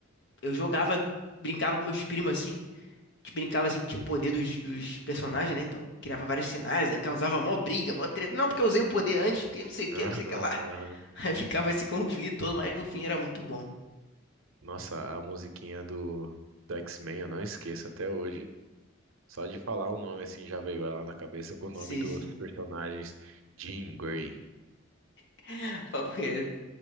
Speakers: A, on the left; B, on the right.
A: eu jogava, brincava com meus primos assim. A gente brincava assim, que tinha o poder dos, dos personagens, né? Então criava vários cenários, aí causava mó briga, mó treta. Não, porque eu usei o poder antes, porque não sei o que,
B: Aham,
A: não sei o que lá.
B: aham.
A: <laughs> Aí ficava esse conflito todo, mas no fim era muito bom.
B: Nossa, a musiquinha do, do X-Men eu não esqueço até hoje. Só de falar o nome, assim, já veio ela na cabeça com o nome
A: Sim,
B: dos
A: sim.
B: personagens. Jean Grey.
A: <laughs> Papo reto.